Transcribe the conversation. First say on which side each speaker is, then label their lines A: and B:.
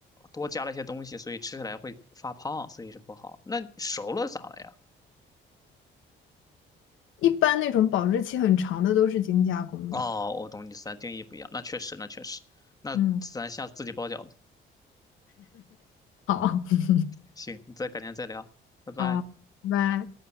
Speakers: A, on the left; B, on the left.
A: 多加了一些东西，所以吃起来会发胖，所以是不好。那熟了咋了呀？
B: 一般那种保质期很长的都是精加工的。
A: 哦，我懂你意思，定义不一样，那确实，那确实，那咱下次自己包饺子。
B: 嗯，好，<laughs>
A: 行，你再改天再聊，拜拜。
B: 好，拜拜。